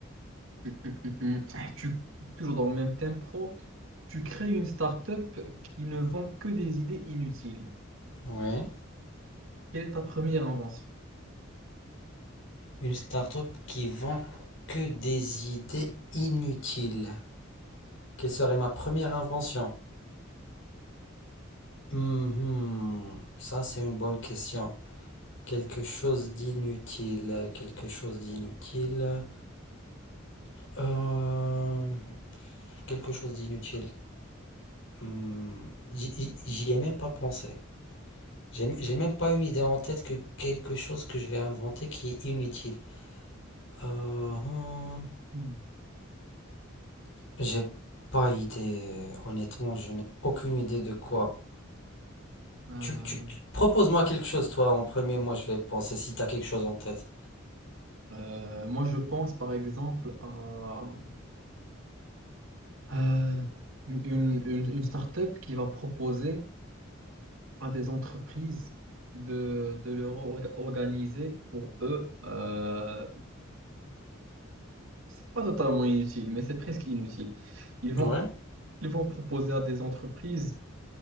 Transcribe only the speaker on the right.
Hmm, hmm, hmm, hmm. Tu, toujours dans le même thème pro, tu crées une start-up qui ne vend que des idées inutiles.
Quelle est ta première invention?
Hmm.
Euh,
euh, moi, je pense par exemple à euh, une, une, une start-up qui va proposer à des entreprises de, de leur or- organiser pour eux euh, C'est pas totalement inutile, mais c'est presque inutile. Ils vont,
ils vont proposer à des entreprises